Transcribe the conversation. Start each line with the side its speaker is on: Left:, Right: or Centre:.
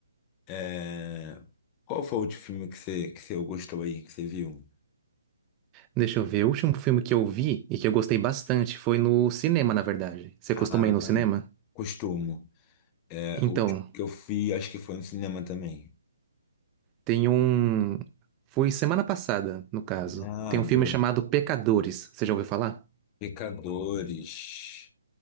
Left: É, Qual foi o último filme que você, que você gostou aí, que você viu?
Right: Deixa eu ver, o último filme que eu vi e que eu gostei bastante foi no cinema, na verdade. Você
Left: Ah,
Right: costuma ir no cinema?
Left: Costumo. É,
Right: Então,
Left: o último que eu fui, acho que foi no cinema também.
Right: tem um. Foi semana passada, no caso.
Left: Ah,
Right: Tem um filme
Left: boa.
Right: chamado Pecadores. Você já ouviu falar?
Left: Pecadores.